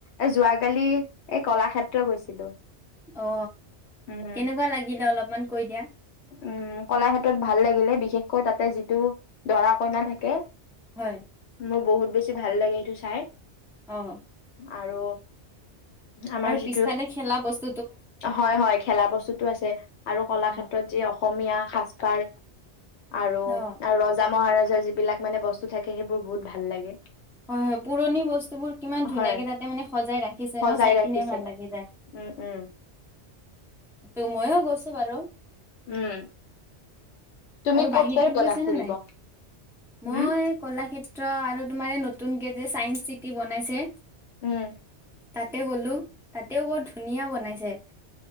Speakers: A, on the left; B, in the centre.
A: এ যোৱাকালি এই কলাক্ষেত্ৰ গৈছিলো।
B: অ
A: উম
B: কেনেকুৱা লাগিলে অলপমান কৈ দিয়া।
A: উম কলাক্ষেত্ৰতত ভাল লাগিলে বিশেষকৈ তাতে যিটো দৰা কইনা থাকে।
B: হয়।
A: মোৰ বহুত বেছি ভাল লাগে সেইটো চাই।
B: আহ
A: আৰু আমাৰ
B: আৰু
A: যিটো
B: পিছফালে খেলা বস্তু
A: হয় হয় খেলা বস্তুতো আছে আৰু কলাক্ষেত্ৰত
B: অ
A: যি অসমীয়া সাজপাৰ আৰু
B: অ
A: ৰ মহাৰাজৰ যিবিলাক মানে বস্তু থাকে সেইবোৰ বহুত ভাল লাগে।
B: হয় হয় পুৰণি বস্তুবোৰ কিমান ধুনীয়াকে
A: হয়
B: তাতে মানে সজাই ৰাখিছে
A: সজাই
B: ন চাই
A: ৰাখিছে
B: কিনে ভাল লাগি যায়।
A: উম উম
B: <unintelligible> তটো ময়ো গৈছো বাৰু
A: উম তুমি
B: আৰু বাহিৰত
A: ক'ত ক'ত গ'লা
B: গৈছেনে
A: ফুৰিব
B: নাই মই
A: উম
B: কলাক্ষেত্ৰ আৰু তোমাৰ নতুনকে যে চাইন্স চিটি বনাইছে
A: উম
B: তাতে গ'লো তাতেও বৰ ধুনীয়া বনাইছে